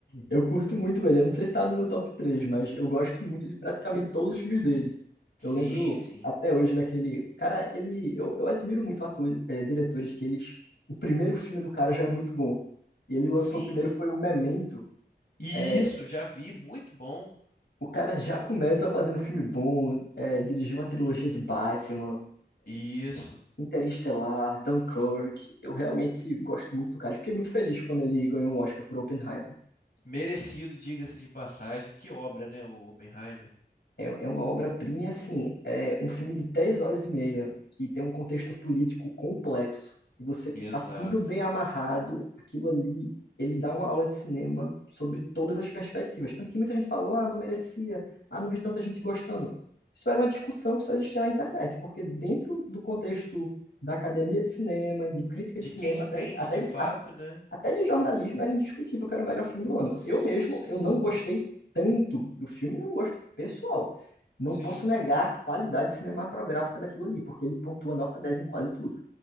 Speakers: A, on the left (about 85°); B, on the left (about 55°).
A: Eu curto muito ele, eu não sei se tá no meu top 3, mas eu gosto muito de praticamente todos os filmes dele.
B: Sim,
A: Eu lembro
B: sim.
A: até hoje daquele. Cara, ele. Eu, eu admiro muito atores, eh, diretores que eles. O primeiro filme do cara já é muito bom. E ele lançou
B: Sim.
A: o primeiro foi o Memento.
B: Isso,
A: Eh,
B: já vi, muito bom.
A: o cara já começa fazendo filme bom, eh, dirigiu uma trilogia de Batman,
B: Isso.
A: Interestelar, Dunkirk. Eu realmente gosto muito do cara. E Fiquei muito feliz quando ele ganhou um Oscar por Oppenheimer.
B: Merecido, diga-se de passagem. Que obra, né, o Oppenheimer?
A: É, é uma obra-prima, e, assim, é um filme de três horas e meia, que tem um contexto político complexo, e você
B: Exato.
A: tá tudo bem amarrado, aquilo ali, ele dá uma aula de cinema sobre todas as perspectivas. Tanto que muita gente falou, ah, não merecia, ah, não vi tanta gente gostando. Isso era uma discussão que só existia na internet, porque dentro do contexto da academia de cinema, de crítica
B: De
A: de cinema,
B: quem entende
A: até, até,
B: de fato, né?
A: até de jornalismo era indiscutível que era o melhor filme do ano.
B: Sem
A: Eu mesmo, eu não
B: dúvida.
A: gostei tanto do filme, não gosto pessoal. Não
B: Sim.
A: posso negar a qualidade cinematográfica daquilo ali, porque ele pontua nota dez em quase tudo.